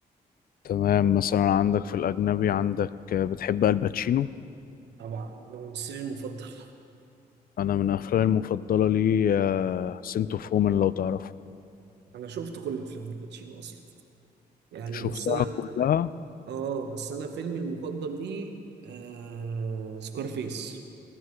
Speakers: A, on the left; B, on the right.
A: تمام مثلا عندك في الاجنبي عندك آه، بتحب الباتشينو
B: طبعا ده ممثلي المفضل
A: انا من افلامي المفضله لي سنت اوف وومن لو تعرفه
B: انا شفت كل افلام الباتشينو اصلا يعني
A: شفتها
B: بس انا
A: كلها
B: اه بس انا فيلمي المفضل ليه آه سكارفيس